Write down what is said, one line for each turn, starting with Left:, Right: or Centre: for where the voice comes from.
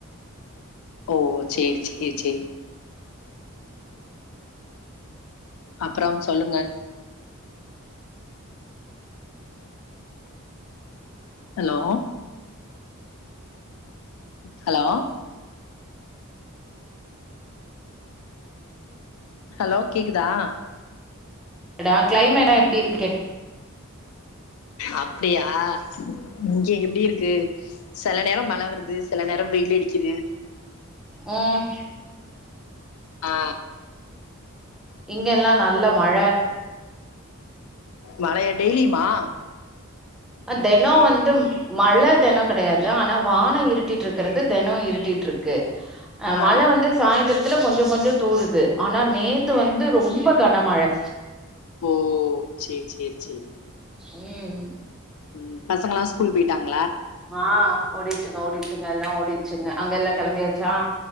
Left: ஓ சேரி சேரி சேரி அப்புறம் சொல்லுங்கள் ஹலோ ஹலோ ஹலோ கேக்குதா
Centre: எடா கிளைமேடா எப்டிருக்
Left: அப்புடியா ம் எப்டி இருக்கு செல நேரம் மழ வருது செல நேரம் வெயில் அடிக்குது
Centre: ம்
Left: ஆ
Centre: இங்கல்லா நல்ல மழை
Left: மழயா டெய்லியுமா
Centre: தெனம் வந்து மழை தெனம் கெடையாது ஆனா வானம் இருட்டிட்டு இருக்குறது தெனம் இருட்டிட்டு இருக்கு அ
Left: ஆ
Centre: மழை வந்து சாயிந்தர் துல கொஞ்ச கொஞ்ச தூருது ஆனா நேத்து வந்து ரொம்ப கனமழை
Left: ஓ சே சே சேரி
Centre: ம்
Left: ம் பசங்கல்லா ஸ்கூல் போயிட்டாங்க
Centre: ஆஹ் ஓடிச்சுங்க ஓடிச்சுங்க எல்லா ஓடிச்சுங்க அங்க எல்லா கிளம்பியாச்சா